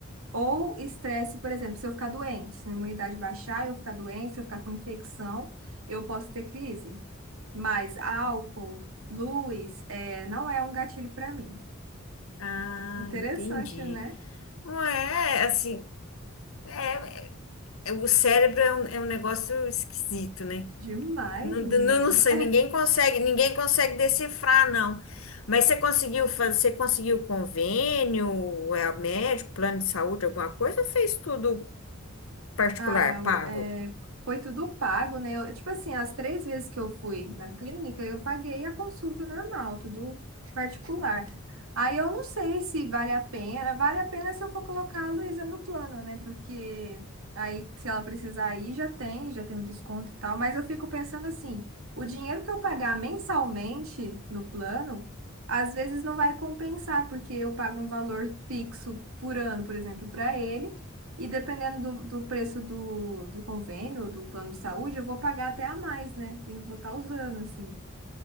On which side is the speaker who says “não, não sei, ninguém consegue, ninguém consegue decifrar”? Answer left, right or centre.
Left